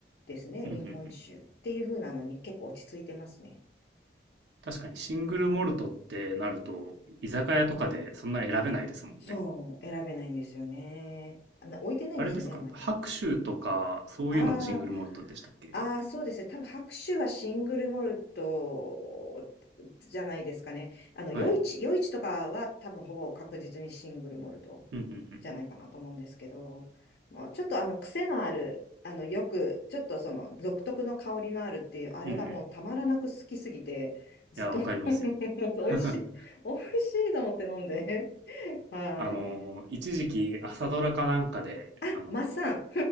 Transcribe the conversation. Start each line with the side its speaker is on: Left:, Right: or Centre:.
Left: ですね、
Right: うんうんうん。
Left: 日本酒っていう風なのに結構落ち着いてますね。
Right: 確かにシングルモルトってなると、居酒屋とかでそんな選べないですもんね。
Left: そう、選べないんですよね。あ、な置いてないんですよね、
Right: あれですか白州とか、
Left: あんまり。
Right: そういうのもシングルモルトでしたっけ
Left: ああ、ああ、そうですね。多分白州はシングルモルトじゃないですかね。あの、
Right: はい。
Left: 余市、余市とかは多分ほぼ確実にシングルモルト
Right: うんうん
Left: じゃないかなと思うんですけど、もうちょっとあの癖のある、あの、よく、ちょっとその独特の香りのあるっていう、あれがもうたまらなく好きすぎて、
Right: うん。うんうん。い
Left: ずっと
Right: や、わかりますよ。
Left: <laughs> もう美味しい、
Right: <laughs>
Left: 美味しいと思って飲んで。<laughs> はい。
Right: あの、一時期朝ドラかなんかで、
Left: あ、
Right: あの、
Left: マッサン <laughs>